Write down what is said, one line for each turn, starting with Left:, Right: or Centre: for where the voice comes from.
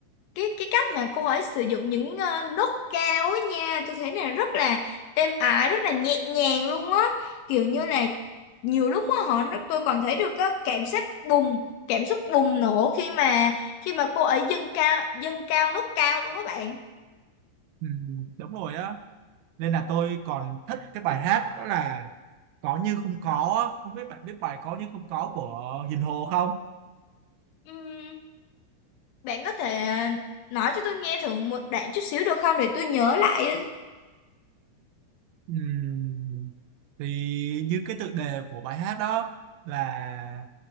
Left: cái cái cách mà cô ấy sử dụng những ờ, nốt cao ấy nha, tôi thấy là rất là êm ái, rất là nhẹ nhàng luôn á. Kiểu như là nhiều lúc á họ nó- tôi còn thấy được cái cảm giác bùng, cảm xúc bùng nổ khi mà khi mà cô ấy dâng cao dâng cao nốt cao luôn các bạn.
Right: ừ, đúng rồi á nên là tôi còn thích cái bài hát đó là có như không có á. không biết bạn biết bài có như không có của Hiền Hồ không
Left: Ừm, bạn có thể ờ, nói cho tôi nghe thử một đoạn chút xíu được không để tôi nhớ lại
Right: Ừm, thì như cái tựa đề của bài hát đó là